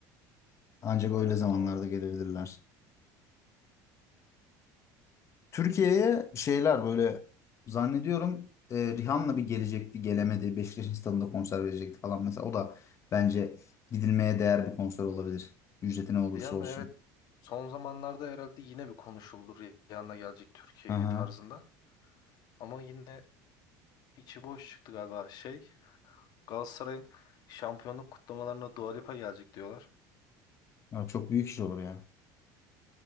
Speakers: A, on the left; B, on the left.
A: Ancak öyle
B: Evet
A: zamanlarda
B: doğru.
A: gelebilirler. Türkiye'ye şeyler böyle zannediyorum e, Rihanna bir gelecekti gelemedi. Beşiktaş'ın stadında konser verecekti falan mesela. O da bence gidilmeye değer bir konser olabilir. Ücreti ne olursa
B: Rihanna
A: olsun.
B: evet son zamanlarda herhalde yine bir konuşuldu Rihanna gelecek Türkiye'ye
A: Hı hı.
B: tarzında. Ama yine içi boş çıktı galiba şey Galatasaray'ın şampiyonluk kutlamalarına Dua Lipa gelecek diyorlar.
A: Ya Çok büyük iş olur ya.